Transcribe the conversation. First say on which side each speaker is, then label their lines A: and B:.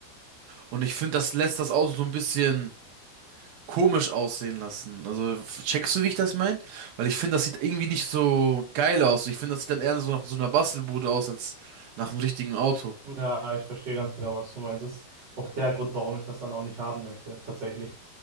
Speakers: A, on the right; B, on the right.
A: und ich finde, das lässt das Auto so ein bisschen komisch aussehen lassen. Also checkst du, wie ich das meine? Weil ich finde, das sieht irgendwie nicht so geil aus. Ich finde, das sieht dann eher so nach so einer Bastelbude aus als nach einem richtigen Auto.
B: Ja, ich verstehe ganz genau, was du meinst. Das ist auch der Grund, warum ich das dann auch nicht haben möchte, tatsächlich.